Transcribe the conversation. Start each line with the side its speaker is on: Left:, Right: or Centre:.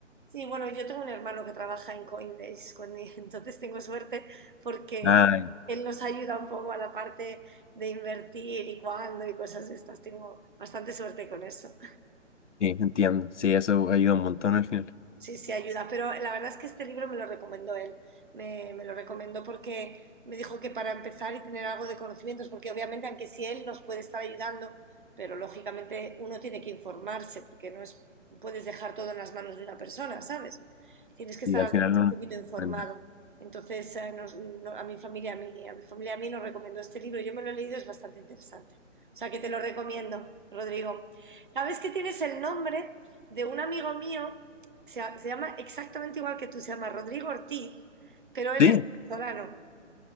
Right: Sí, bueno, yo tengo un hermano que trabaja en Coinbase conmigo, <laughs> entonces tengo suerte porque
Left: Ah, ya,
Right: él nos ayuda un poco a la parte de invertir y cuándo y cosas de estas. Tengo bastante suerte con eso.
Left: sí, entiendo, sí, eso ayuda un montón al final.
Right: Sí, sí, ayuda, pero la verdad es que este libro me lo recomendó él, me, me lo recomendó porque me dijo que para empezar y tener algo de conocimientos, porque obviamente aunque sí él nos puede estar ayudando, pero lógicamente uno tiene que informarse, porque no es, puedes dejar todo en las manos de una persona, ¿sabes? Tienes que estar
Left: Y al
Right: al
Left: final
Right: menos
Left: uno
Right: un poquito informado.
Left: aprende.
Right: Entonces, eh, nos- no- a mi familia, a mí a mi familia, a mí nos recomendó este libro, yo me lo he leído, es bastante interesante. O sea que te lo recomiendo, Rodrigo. ¿Sabes que tienes el nombre de un amigo mío? se, se llama exactamente igual que tú, se llama Rodrigo Ortiz, pero él
Left: Sí,
Right: es venezolano.